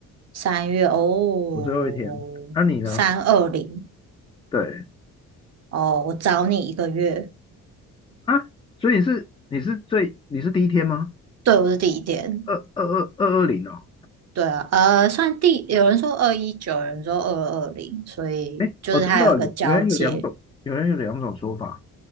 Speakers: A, on the right (about 45°); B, on the left (about 15°).
A: 三月哦，
B: 我最后一天，那、你呢？
A: 三二零
B: 对
A: 哦，我找你一个月，
B: 啊，所以你是你是最你是第一天吗？
A: 对，我是第一点。
B: 二二二二二零哦，
A: 对啊，呃，算第，有人说二一九，有人说二二零，所以就是它有一个交界，
B: 哎哦，真的哦有原来有两种，原来有两种说法。